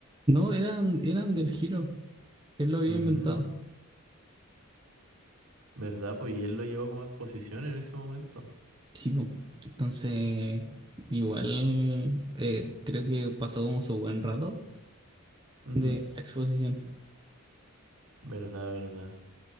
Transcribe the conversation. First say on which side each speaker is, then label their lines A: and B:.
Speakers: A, on the right; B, on the right.
A: No, eran, eran del giro él lo había
B: Mm,
A: inventado.
B: verdad, pues y él lo llevó como a exposición en ese momento.
A: Sí, po. Entonces, igual eh, creo que pasó como su buen rato
B: Ujú,
A: de la exposición.
B: Verdad, verdad.